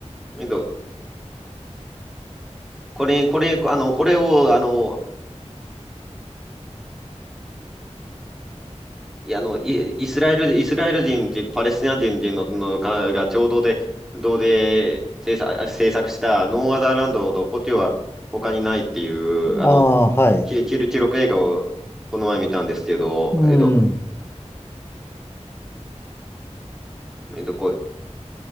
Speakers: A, in the centre; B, on the left (about 20°).
A: えっと、これ、これ、あの、これを、あの、いや、あの、イ、イスラエル、イスラエル人っていうパレスチナ人人の、のかが共同で、同で制作、制作したノーアザーランドと故郷は他にないっていう、あの、
B: ああ、はい。
A: 記記記録映画をこの前見たんですけど、
B: うん。
A: えっと、えっと、こ